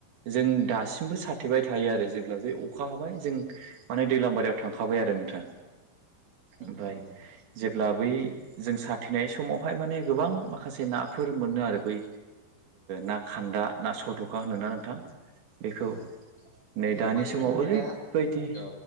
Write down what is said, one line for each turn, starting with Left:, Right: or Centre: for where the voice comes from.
Right: जों दासिमबो साथेबाय थायो आरो जेब्ला बे अखा हाबाय जों माने दैलामांबारियाव थांखाबाय आरो नोंथां
Left: नंगौ
Right: ओमफ्राय
Left: नोंथां
Right: जेब्ला बै जों साथेनाय समावहाय माने गोबां माखासे नाफोर मोनो आरो बै ना खान्दा ना सलथ'खा होनो ना नोंथां। बेखौ
Left: औ बिदिनो
Right: नै दानि
Left: बायदि
Right: समाव
Left: रोखोमनि
Right: ओरैबायदि
Left: नाया औ